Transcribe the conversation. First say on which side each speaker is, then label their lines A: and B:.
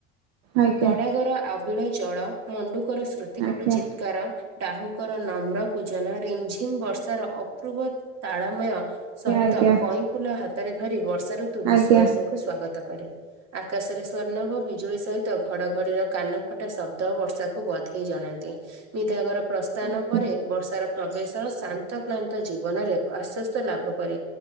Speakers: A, on the right; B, on the right.
A: ଆଜ୍ଞା
B: ତଡାଗର। ଆବିଳ ଜଳ ମଣ୍ଡୁକର ସ୍ମୃତି କଟୁ
A: ଆଜ୍ଞା
B: ଚିତ୍କାର ଆ ଡାହୁଙ୍କର ନମ୍ର କୂଜନ ରିମଝିମ୍ ବର୍ଷାର ଅପୂର୍ବ ତାଳମୟ ସହିତ
A: ଆଜ୍ଞା ଆଜ୍ଞା
B: କଇଁଫୁଲ ହାତରେ ଧରି ବର୍ଷା ଋତୁ ବିଶ୍ୱବାସୀଙ୍କୁ
A: ଆଜ୍ଞା ଆଜ୍ଞା
B: ସ୍ଵାଗତ କରେ ଆକାଶରେ ସ୍ଵର୍ଣ୍ଣଭ ବିଜୁଳି ସହିତ ଘଡଘଡିର କାନ ଟା ଶବ୍ଦ ବର୍ଷାକୁ ବଧେଇ ଜଣାନ୍ତି ନିଧାଘର ପ୍ରସ୍ଥାନ
A: ଆଜ୍ଞା
B: ପରେ
A: ଆଜ୍ଞା
B: ବର୍ଷାର ପ୍ରବେଶ ଶାନ୍ତ କ୍ଲାନ୍ତ ଜୀବନରେ ଆଶ୍ଵସ୍ତ ଲାଭ କରେ